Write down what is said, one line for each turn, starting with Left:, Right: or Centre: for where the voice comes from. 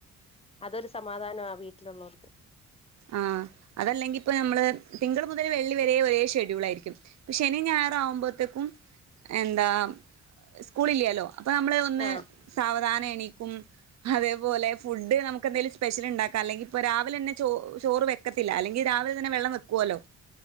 Left: അതൊരു സമാധാന ആ വീട്ടിലുള്ളവർക്ക്
Right: ആ അതല്ലെങ്കിപ്പ നമ്മള് തിങ്കള് മുതൽ വെള്ളി വരെ ഒരേ ഷെഡ്യൂളായിരിക്കും. പക്ഷെ ശനി ഞായറാകുമ്പോത്തേക്കും എന്താ സ്കൂൾ ഇല്ലല്ലോ അപ്പൊ നമ്മള് ഒന്ന്
Left: ആ
Right: സാവധാനെ നീക്കും, അതെ പോലെ ഫുഡ്ഡ് ഞമ്മക്കെന്തേലും സ്പെഷ്യൽണ്ടാക്ക അല്ലെങ്കിൽപ്പോ രാവിലെന്നെ ചോറ് ചോറ് വെക്കത്തില്ല അല്ലെങ്കിൽ രാവിലെ തന്നെ വെള്ളം വെക്കുവല്ലോ